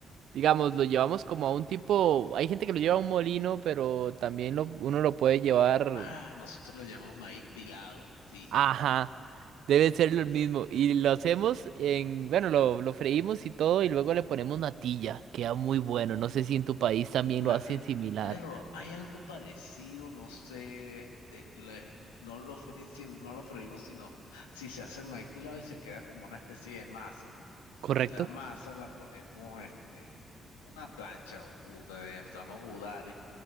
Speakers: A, on the right (about 65°); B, on the left (about 85°).
A: Digamos, lo llevamos como a un tipo. Hay gente que lo lleva a un molino, pero también lo, uno lo puede llevar.
B: Ah, nosotros lo llamamos maíz pilado, sí.
A: Ajá, debe ser lo mismo. Y lo hacemos en. Bueno, lo, lo freímos y todo, y luego le ponemos natilla. Queda muy bueno. No sé si en tu país también
B: Nate,
A: lo hacen similar.
B: perro, hay algo parecido, no sé, este, le- no lo fríen, no lo freímos, sino si se hace el maíz pilado y se queda como una especie de masa,
A: ¿Correcto?
B: y la masa la ponemos, este, una plancha, bu- de- llamamos budare,